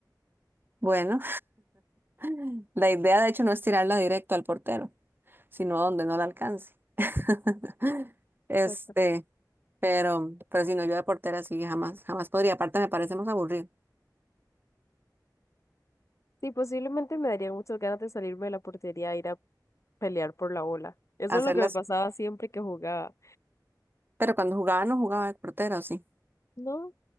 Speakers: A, on the right (about 30°); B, on the left (about 45°).
A: Bueno, <laughs> la idea de hecho no es tirarla directo al portero. sino donde no la alcance. <laughs> Este,
B: Exacto.
A: pero, pero si no, yo de portera sí jamás, jamás podría. Aparte me parece más aburrido
B: Sí, posiblemente me darían muchas ganas de salirme de la portería e ir a pelear por la bola. Eso
A: hacerlas,
B: es lo que me pasaba siempre que jugaba.
A: pero cuando jugaba no jugaba de portera, ¿o sí,
B: No,